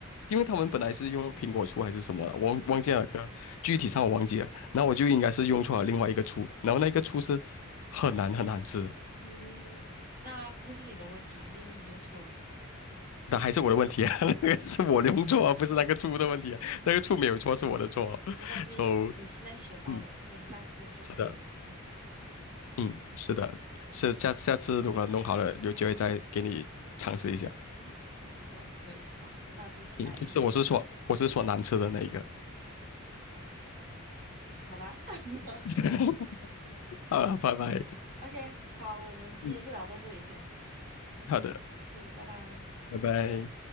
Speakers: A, on the left; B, on the right.
A: 因为他们本来是用苹果醋还是什么的，我忘忘记了个具体上我忘记了，
B: 嗯，
A: 然后我就应该是用错了另外一个醋，然后那个醋是很难很难吃的，
B: 嗯嗯那不是你的问题，是因为你用错东西。
A: 那还是我的问题啊，<laughs> 那个是我用错啊，不是那个醋的问题啊，
B: 没
A: 那个醋没有错是我的错啊，so
B: 没关系，你现在学到了，
A: 嗯，
B: 所以下次就可以，
A: 是的。
B: 嗯，对，
A: 嗯，是的，是下下次如果弄好了，有机会再给你尝试一下。
B: 哇，不错不错，可以，好，那就期待一下，
A: 嗯，就是我是说我是说难吃的那一个。
B: 好吧 <laughs>
A: <laughs>
B: <laughs>
A: 好了，拜拜。
B: ？OK，好，我们今天就聊到这里先，
A: 嗯，好的，
B: 嗯，拜拜。
A: 拜拜。